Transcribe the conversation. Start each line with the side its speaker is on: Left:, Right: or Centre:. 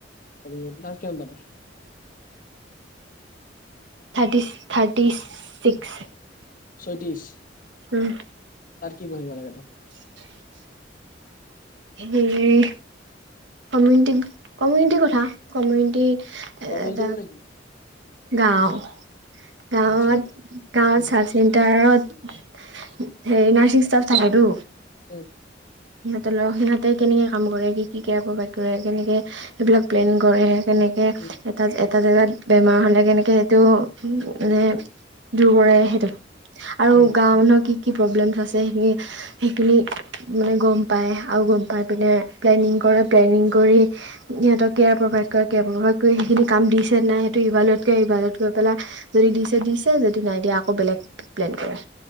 Left: মাৰ্ক্স কিমান পালি?
Right: Thirty thirty six.
Left: ছয়ত্ৰিশ
Right: উম।
Left: তাৰ কি বঢ়িব লাগে ন?
Right: <inaudible> <unintelligible> কমিউনিটি কমিউনিটিৰ কথা কমিউনিটি
Left: কমিউনিটি
Right: এটা
Left: মানে কি
Right: গাঁও গাঁৱত
Left: আচ্ছা মানে
Right: গাঁৱত
Left: উম
Right: চেণ্টাৰত হেৰি নাৰ্ছিং ষ্টাফ থাকেতো।
Left: উম।
Right: সিহঁতৰ লক সিহঁতে কেনেকে কাম কৰে কি কি কে প্ৰভাইড কৰে কেনেকে সেইবিলাক প্লেন কৰে তেনেকে
Left: উম
Right: এটা এটা জেগাত বেমাৰ হ'লে কেনেকৈ সেইটো মানে দূৰ কৰে সেইটো। আৰু
Left: উম
Right: গাও মানুহৰ কি কি প্ৰব্লেমছ আছে সেইখিন সেইখিনি মানে গম পায় আৰু গম পায় পিনে প্লেনিং কৰে প্লেনিং কৰি সিহঁতৰ কেয়াৰ প্ৰভাইড কৰে। কয়াৰ প্ৰভাইড কৰি সেইখিনি কাম দিছে নাই সেইটো ইবালত গৈ ইবালত গৈ পেলাই যদি দিছে দিছে যদি নাই দিয়া আকৌ বেলেগ প্লেন কৰে।